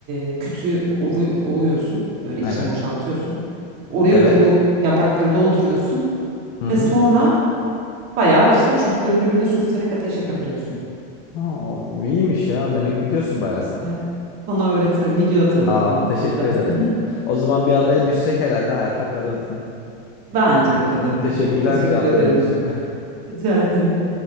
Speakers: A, on the right; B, on the left.
A: e, kütüğü ovu- ovuyorsun. Böyle içini
B: Evet.
A: boşaltıyorsun. Oraya
B: Evet.
A: kuru yaprakları dolduruyorsun.
B: Hı hı.
A: Ve sonra bayağı işte çubukları birbirine sürterek ateş yakabiliyorsun.
B: Ha, o iyiymiş ya. Demek biliyorsun bayağı sen.
A: Evet. Sana öğretirim. Video atarım
B: Sağ
A: sana.
B: ol. Teşekkür
A: izlersin.
B: ederim.
A: <laughs>
B: O zaman bir adaya düşsek herhalde hayatta kalırdın.
A: Bence de kalırım.
B: Teşekkürler
A: Evet, teşekkür
B: cevapların
A: ederim.
B: için. <laughs>
A: Rica ederim.